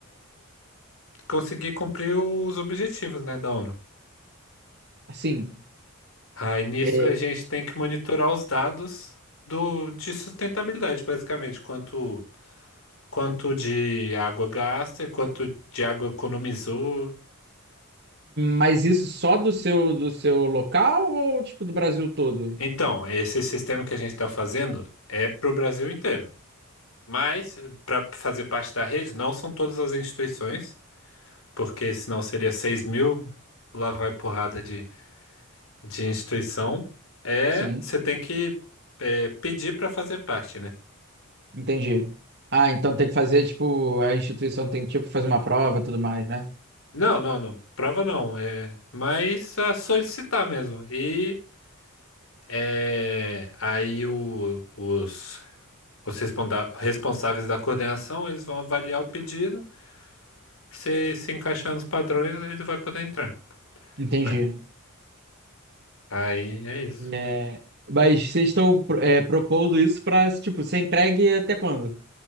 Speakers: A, on the left; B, on the right.
A: conseguir cumprir os objetivos, né, da ONU.
B: Sim.
A: Aí nisso
B: É,
A: a gente tem que monitorar os dados do, de sustentabilidade, basicamente, quanto, quanto de água gasta, e quanto de água economizou.
B: mas isso só do seu do seu local ou tipo do Brasil todo?
A: Então, esse sistema que a gente está fazendo é para o Brasil inteiro. Mas, para fazer parte da rede, não são todas as instituições, porque senão seria seis mil, lá vai porrada de, de instituição. É,
B: Sim,
A: você tem que é, pedir para fazer parte, né?
B: entendi. Ah, então tem que fazer, tipo, a instituição tem que, tipo, fazer uma prova e tudo mais, né?
A: Não, não, não. Prova não. É, mas a solicitar mesmo. E é, aí o- os, os responda- responsáveis da coordenação, eles vão avaliar o pedido. Se se encaixar nos padrões, ele vai poder entrar.
B: Entendi.
A: É, Aí é isso.
B: É, mas vocês estão é, propondo isso para, tipo, ser entregue até quando?